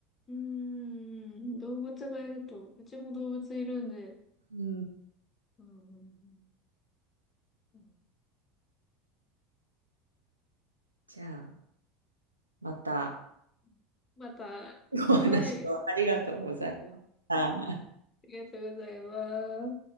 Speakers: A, on the left; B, on the right.
A: うーん、動物がいると、うちも動物いるんで。
B: うん。
A: うん、うん、うん。
B: じゃあ、また
A: うんまた、
B: お話をありがとうございました。
A: はい、ありがとうございます。